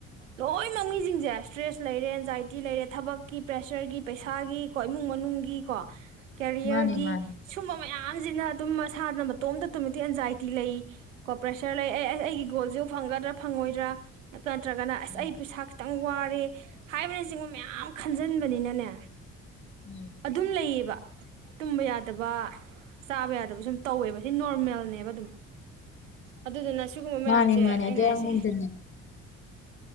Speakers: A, on the right; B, on the left.
A: ꯂꯣꯏꯅꯃꯛ ꯃꯤꯁꯤꯡꯁꯦ ꯁ꯭ꯇ꯭ꯔꯦꯁ ꯂꯩꯔꯦ ꯑꯦꯟꯖꯥꯏꯇꯤ ꯂꯩꯔꯦ ꯊꯕꯛꯀꯤ ꯄ꯭ꯔꯦꯁꯔꯒꯤ ꯄꯩꯁꯥꯒꯤ ꯀꯣ ꯏꯃꯨꯡ ꯃꯅꯨꯡꯒꯤꯀꯣ ꯀꯦꯔꯤꯌꯔꯒꯤ
B: ꯃꯥꯅꯦ ꯃꯥꯅꯦ
A: ꯁꯨꯝꯕ꯫ ꯃꯌꯥꯝꯁꯤꯅ ꯑꯗꯨꯝ ꯃꯁꯥꯅ ꯃꯇꯣꯝꯇ ꯑꯗꯨꯃꯤꯛ ꯑꯦꯟꯖꯥꯏꯇꯤ ꯂꯩ ꯀꯣ ꯄ꯭ꯔꯦꯁꯔ ꯂꯩ ꯑꯩ ꯑꯩꯒꯤ ꯒꯣꯜꯁꯕꯨ ꯐꯪꯒꯗ꯭ꯔꯥ ꯐꯪꯉꯣꯏꯗ꯭ꯔꯥ꯫ ꯅꯠꯇ꯭ꯔꯒꯅ ꯑꯁ
B: ꯎꯝ
A: ꯑꯩ ꯄꯩꯁꯥ ꯈꯤꯇꯪ ꯋꯥꯔꯦ ꯍꯥꯏꯕꯅꯆꯤꯡꯕ ꯃꯌꯥꯝ ꯈꯟ꯫ ꯈꯟꯖꯤꯟꯕꯅꯤꯅꯅꯦ꯫
B: ꯎꯝ
A: ꯑꯗꯨꯝ ꯂꯩꯌꯦꯕ ꯇꯨꯝꯕ ꯌꯥꯗꯕ ꯆꯥꯕ ꯌꯥꯗꯕ ꯁꯨꯝ ꯇꯧꯋꯦꯕ ꯁꯤ ꯅꯣꯔꯃꯦꯜꯅꯦꯕ ꯑꯗꯨꯝ ꯑꯗꯨꯗꯨꯅ꯫ ꯁꯤꯒꯨꯝꯕ ꯃꯌꯥꯝꯁꯦ
B: ꯃꯥꯅꯦ ꯃꯥꯅꯦ
A: ꯑꯩꯅ
B: ꯑꯗꯨ ꯌꯥꯝ
A: ꯍꯥꯏꯁꯦ
B: ꯍꯦꯟꯖꯟꯅ
A: <inaudible>